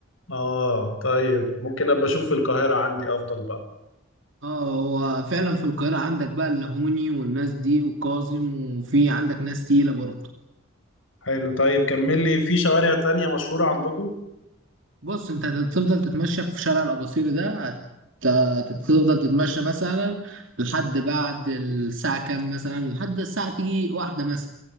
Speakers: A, on the left; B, on the right.
A: اه طيب ممكن ابقى اشوف في القاهره عندي افضل بقى
B: اه هو فعلا في القاهرة عندك بقى اللهوني والناس دي وكاظم وفي عندك ناس تقيلة برضه
A: حلو طيب كمل لي في شوارع تانية مشهورة عندكم
B: بص انت هتفضل تتمشى في شارع الأباصيري ده هت- هتفضل تتمشى مثلا لحد بعد الساعة كام مثلا لحد الساعة تيجي واحدة مثلا